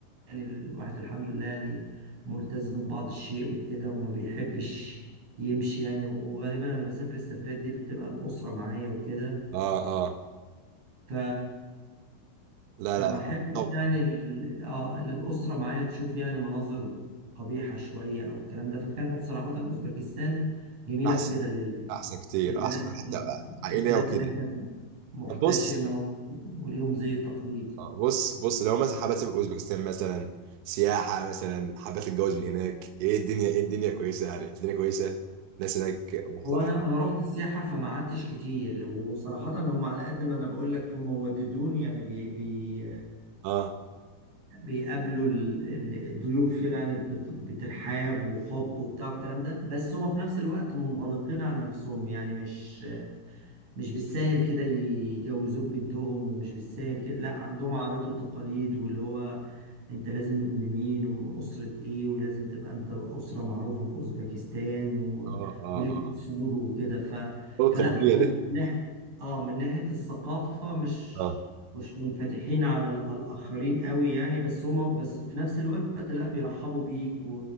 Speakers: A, on the right; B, on the right.
A: يعني الواحد الحمد لله يعني ملتزم بعض الشيء وكده وما بيحبش يمشي يعني وغالبا انا بسافر السفرات دي بتبقى الأسرة معايا وكده
B: اه اه
A: ف فما
B: لا لا لا
A: احبش
B: طب
A: يعني ال- اه اللي الأسرة معايا تشوف يعني مناظر قبيحة شوية او الكلام ده فكانت صراحة أوزبكستان جميلة
B: احسن
A: في كده لل-
B: احسن كتير
A: البنات
B: احسن حتى عائليه
A: البنات
B: وكده
A: هناك كانت محتشمة
B: طب بص
A: وليهم زي تقليد
B: آه، بص بص لو مثلا حابة تسافر اوزبكستان مثلا سياحة مثلا حابة تتجوز من هناك ايه الدنيا ايه الدنيا كويسة يعني الدنيا كويسة الناس هناك محترمة
A: هو انا انا رحت السياحه فما قعدتش كتير وصراحه هم على قد ما انا بقول لك هم وددوني يعني بي بي
B: اه
A: بيقابلوا ال- ال- الضيوف يعني بت- بترحاب وحب وبتاع الكلام ده بس هم في نفس الوقت منغلقين على نفسهم يعني مش مش بالساهل كده يجوزوك بنتهم ومش بالساهل كده لا عندهم عادات وتقاليد واللي هو انت لازم ابن مين ومن أسرة ايه ولازم تبقى انت أسرة معروفة في أوزبكستان و...
B: اه اه
A: وليك
B: اه
A: أصول وكده ف...
B: هو
A: فلا
B: القبلية
A: هم
B: ده
A: من ناحية اه من ناحية الثقافة مش
B: اه
A: مش منفتحين على ال- على الآخرين قوي يعني بس هم بس في نفس الوقت لا بيرحبوا بيك